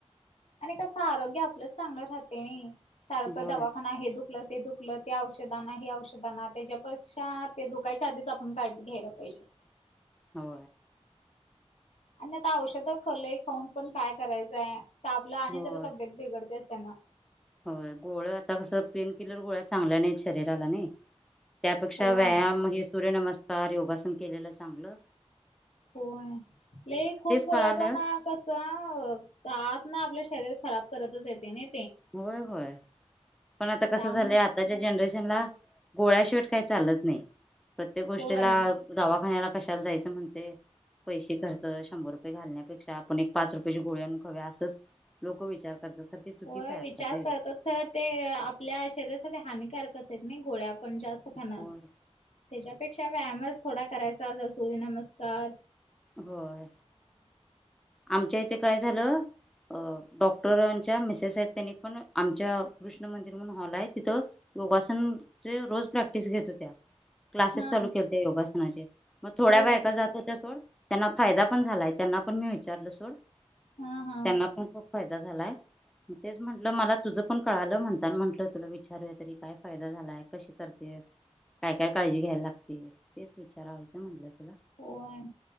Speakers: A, on the left; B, in the centre.
A: आणि कस आरोग्य आपलंच चांगलं राहते नई. सारख
B: होय
A: दवाखाना हे दुखल ते दुख ल ते औषध आना हे, औषध आना, त्याच्यापेक्षा ते दुकायच्या आधीच आपण काळजी घ्यायला पाहिजे?
B: हो!
A: आणि आता औषध लय खाऊन पण काय करायचंय त आपल आणि
B: होय
A: जरा तब्येत बिघडतेच त्यांना
B: होय गोळ आता कस पेन किलर गोळ्या चांगल्या नाहीत शरीराला नाही. त्यापेक्षा
A: होय
B: व्यायाम हे सूर्यनमस्कार योगासन केलेलं चांगल.
A: होय लय खूप गोळ्या
B: कळालं
A: पण कस आतन आपल्या श शरीर खराब करतच येते नाही
B: होय, होय, पण आता
A: त्यामु
B: कस झालय आताच्या जनरेशनला गोळ्या शिवाट काही चालत नाही, प्रत्येक गोष्टीला
A: होय
B: दवाखान्याला कशाला जायच म्हणते पैसे खर्च शंभर रुपये घालण्यापेक्षा आपण एक पाच रुपयाेची गोळ्या आण खाऊया असंच लोक विचार करतात. ते चुकीच
A: होय
B: आहे आत्ताच्या
A: विचार
B: ह्याच्यात
A: करतात खर ते आपल्या शरीरासाठी हानिकारकच आहेत नाही गोळ्या पण जास्त खाणं
B: होय
A: त्याच्यापेक्षा व्यायामच थोडा करायचा सूर्य नमस्कार
B: होय आमच्या इथे काय झालं अ डॉक्टरांच्या मीसेस आहेत त्यांनी पण आमच्या कृष्ण मंदिर म्हणून हॉल आहे तिथ योगासनचे रोज प्रॅक्टिस घेत त्या क्लासेस
A: हा
B: चालू केलते योगासनाचे मग थोड्या
A: होय
B: व बायका जात होत्या सोड त्यांना फायदा पण झालाय त्यांना पण मी विचारल सोड
A: हा हा
B: त्यांना पण खूप फायदा झालाय. मग तेच म्हटलं मला तुझ पण कळाल, म्हणतान म्हटल तुला विचारूया तरी काय फायदा झालाय कशी करते काय, काय काळजी घ्यायला लागते तेच विचारायचं म्हटलं तुला
A: होय